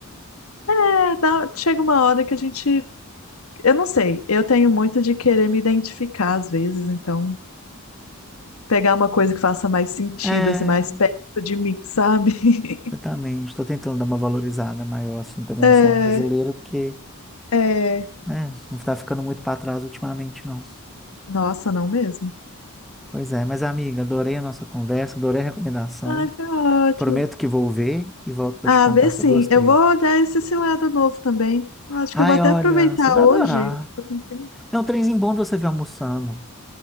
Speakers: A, on the left (about 70°); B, in the centre.
A: É, dá- chega uma hora que a gente. Eu não sei, eu tenho muito de querer me identificar às vezes, então pegar uma coisa que faça mais sentido,
B: É,
A: assim, mais perto de mim, sabe? <laughs>
B: Exatamente. Estou tentando dar uma valorizada maior, assim, também
A: É,
B: no cinema brasileiro, porque,
A: é.
B: né, não está ficando muito para trás ultimamente, não.
A: Nossa, não mesmo.
B: Pois é, mas amiga, adorei a nossa conversa, adorei a recomendação.
A: Ai, foi ótimo.
B: Prometo que vou ver e volto para
A: Ah,
B: te contar
A: ver
B: se
A: sim.
B: eu gostei.
A: Eu vou olhar esse cilada novo também. Acho
B: Ai,
A: que eu vou até
B: olha,
A: aproveitar
B: você vai
A: hoje.
B: adorar.
A: Tô com tempo.
B: É um trenzinho bom de você ver almoçando.